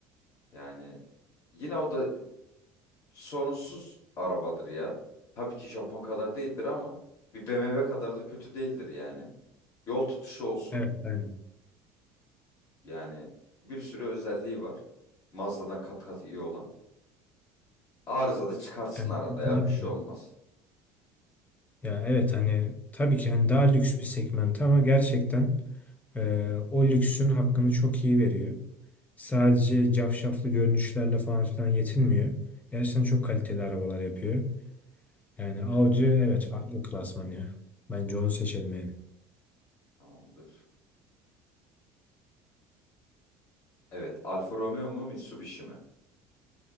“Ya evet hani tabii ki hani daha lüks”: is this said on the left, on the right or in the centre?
Left